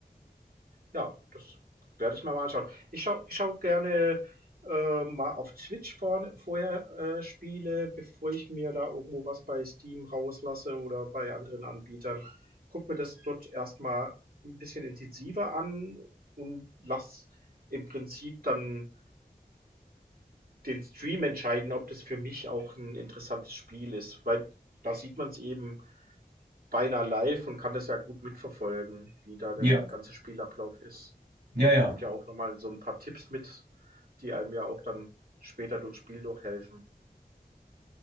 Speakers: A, on the right; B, on the right.
A: Ja, das werde ich mir mal anschauen. Ich schaue ich schau gerne äh, mal auf Twitch vor, vorher äh, Spiele, bevor ich mir da irgendwo was bei Steam rauslasse oder bei anderen Anbietern. Guck mir das dort erstmal ein bisschen intensiver an und lass im Prinzip dann den Stream entscheiden, ob das für mich auch ein interessantes Spiel ist, weil da sieht man es eben beinahe live und kann das ja gut mitverfolgen, wie da der
B: Ja,
A: ganze Spielablauf ist. Man
B: ja, ja.
A: bekommt ja auch nochmal so ein paar Tipps mit, die einem ja auch dann später durchs Spiel durchhelfen.